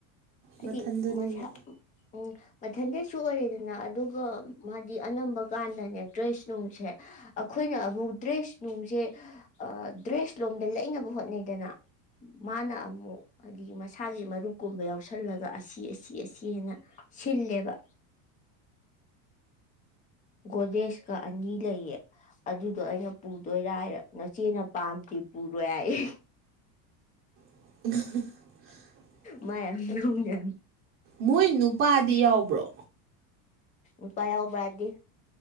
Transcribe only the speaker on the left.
ꯍꯥꯏꯗꯤ
ꯃꯖꯥ ꯎꯝ ꯃꯊꯟꯗꯁꯨ ꯑꯣꯏꯔꯦꯗꯅ ꯑꯗꯨꯒ ꯃꯥꯗꯤ ꯑꯅꯝꯕꯀꯥꯟꯗꯅꯦ ꯗ꯭ꯔꯦꯁ ꯅꯨꯡꯁꯦ ꯑꯩꯈꯣꯏꯅ ꯑꯃꯨꯛ ꯗ꯭ꯔꯦꯁ ꯅꯨꯡꯁꯦ ꯗ꯭ꯔꯦꯁ ꯂꯣꯝꯗ ꯂꯩꯅꯕ ꯍꯣꯠꯅꯩꯗꯅ ꯃꯥꯅ ꯑꯗꯒꯤ ꯃꯁꯥꯒꯤ ꯃꯔꯨꯞꯀꯨꯝꯕ ꯌꯥꯎꯁ ꯈꯜꯂꯒ ꯑꯁꯤ ꯑꯁꯤ ꯑꯁꯤ ꯍꯥꯏꯅ ꯁꯤꯜꯂꯦꯕ ꯒꯣꯗꯦꯁꯀ ꯑꯅꯤ ꯂꯩꯌꯦ ꯑꯗꯨꯗꯣ ꯑꯩꯅ ꯄꯨꯗꯣꯏꯔꯔ ꯅꯆꯦꯅ ꯄꯥꯝꯗꯤ ꯄꯨꯔꯣꯏ ꯍꯥꯏꯏ
ꯃꯌꯥꯝ ꯃꯔꯨ ꯌꯥꯌꯥꯝ
ꯏꯄꯥ ꯌꯥꯎꯕꯗꯤ